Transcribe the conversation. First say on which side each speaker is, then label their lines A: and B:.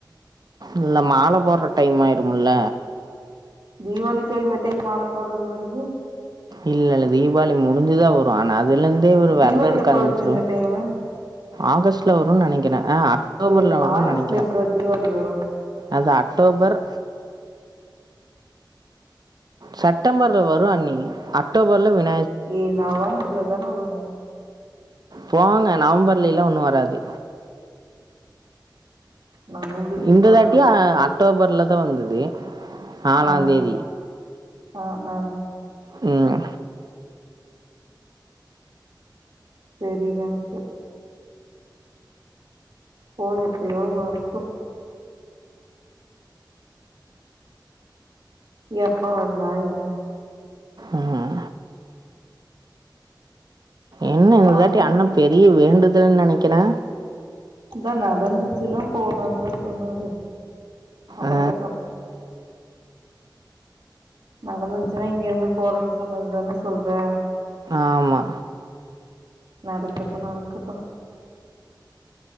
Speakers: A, on the right; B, on the right.
A: இல்ல மால போட்ற டைம் ஆயிரும்ல
B: தீவாளிக்கா இந்த டைம் மால போர்றது வருது
A: இல்ல இல்ல தீவாளி முடிஞ்சுதா வரு ஆனா அதுல இருந்தே இவரு
B: தீவாளி
A: வெரத எடுக்க
B: எப்ப
A: ஆரம்பிச்சிருவா
B: வருது இந்த டைமு
A: ஆகஸ்ட்ல வருனு நெனக்கிறே ஆ அக்டோபர்ல
B: ஏ
A: வருனு
B: ஆகஸ்ட்ல
A: நெனக்கிறே
B: எப்புட்றா தீவாளி வரு
A: அதா அக்டோபர் செட்டம்பர்ல வரு அண்ணி அக்டோபர்ல வின்
B: ஏ நவம்பர்ல தான வரு
A: போங்க நவம்பர்லேலா ஒன்னு வராது
B: நா கூகுள் பண்ணி
A: இந்த
B: பாக்குறப்போ
A: தாட்டியு அக்டோபர்லதா வந்தது நாலாந்
B: ஆ
A: தேதி
B: ஆ ஆ
A: ம்
B: தெரில எனக்கு போ எப்பயோ வரட்டு எப்ப வந்தா என்ன
A: ம். என்ன இந்த
B: பாக்கலா
A: தாட்டி அண்ணே பெரிய வேண்டுதல்ன்னு நெனைக்கிறே
B: அதா நடந்துச்சின்னா போலான்தா சொன்னாரு நடக்கட்டு
A: ஆ.
B: நடந்துச்சின்னா இங்க இருந்து போறேன்னு சொன்னதுதான சொல்ற
A: ஆமா.
B: நடக்கட்டு நடக்கட்டு